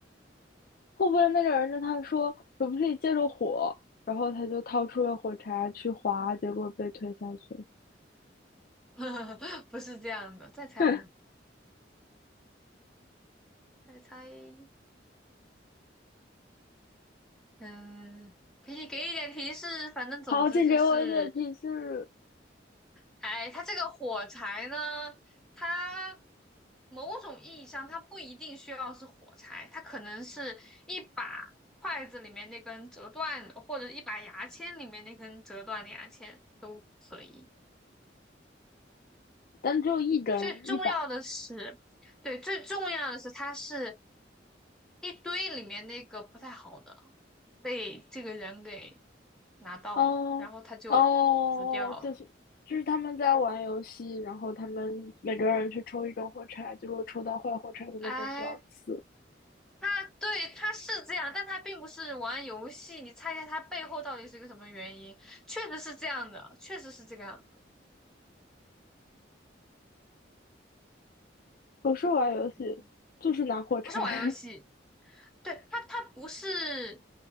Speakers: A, on the left (about 50°); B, in the centre.
A: 会不会那个人跟他说可不可以借着火，然后他就掏出了火柴去划，结果被推下去了？
B: <laughs> 不是这样的，再猜呢？
A: <laughs>
B: 再猜，嗯，可以给一点提示，反正总之就是，
A: 好，请给我一点提示。
B: 哎，它这个火柴呢，它某种意义上它不一定需要是火柴，它可能是一把筷子里面那根折断的，或者一把牙签里面那根折断的牙签都可以。
A: 但只有一根，
B: 最重要的是，
A: 一把，
B: 对，最重要的是它是一堆里面那个不太好的。被这个人给拿到了，
A: 哦哦，
B: 然后他就死掉了。
A: 就是就是他们在玩游戏，然后他们每个人去抽一根火柴，就如果抽到坏火柴的那个人就要死。
B: 哎，他对他是这样，但他并不是玩游戏。你猜一下他背后到底是个什么原因？确实是这样的，确实是这个样子，
A: 不是玩游戏，
B: 嗯，
A: 就是拿火柴
B: 不是玩游戏。
A: <laughs>
B: 对他，他不是，